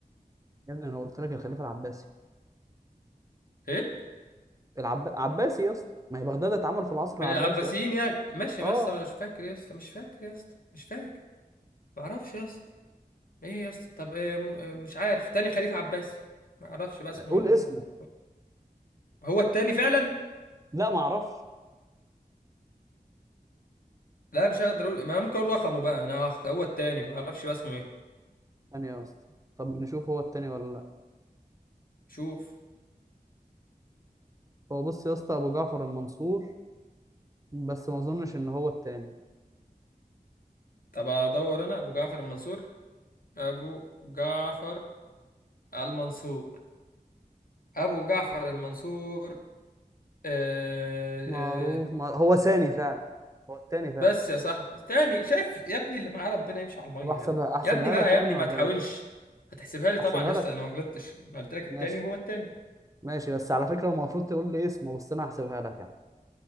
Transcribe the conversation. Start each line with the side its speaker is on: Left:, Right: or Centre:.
Right: يا ابني أنا قلت لك الخليفة العباسي
Left: ايه
Right: العب... عباسي يا اسطى ما هي بغداد اتعمل في العصر
Left: من
Right: العباسي
Left: العباسيين
Right: أصلا
Left: يعني ماشي
Right: أه
Left: يا اسطى ما انا مش فاكر يا اسطى مش فاكر يا اسطى مش فاكر معرفش يا اسطى ايه يا اسطى طب إيه م- إيه مش عارف تاني خليفة عباسي معرفش بقى اسمه
Right: قول
Left: ايه
Right: اسمه
Left: يعني هو التاني فعلا
Right: لا ما أعرفش
Left: لا مش هقدر اقول ما أنا ممكن اقول رقمه بقى انا هخ- هو التاني معرفش بقى اسمه ايه
Right: ثانية يا اسطى طب نشوف هو التاني ولا لا
Left: شوف
Right: هو بص يا اسطى أبو جعفر المنصور بس ما أظنش إن هو التاني
Left: طب ادور انا ابو جعفر المنصور ابو جعفر المنصور ابو جعفر المنصور آه
Right: معروف
Left: آه
Right: مع... هو ثاني فعلا هو التاني فعلا
Left: بس يا صاحبي تاني شايف يا ابني اللي معاه ربنا يمشي على المية
Right: طب أحسبها أحسبها
Left: يا ابني يا ابني بقى
Right: لك
Left: يا
Right: يعني
Left: ابني ما
Right: ولا
Left: تحاولش
Right: إيه
Left: هتحسبها لي طبعا
Right: أحسبها
Left: يا اسطى
Right: لك
Left: انا ما غلطتش انا قلت لك التاني
Right: ماشي
Left: وهو التاني
Right: ماشي بس على فكرة المفروض تقول لي اسمه بس أنا هحسبها لك يعني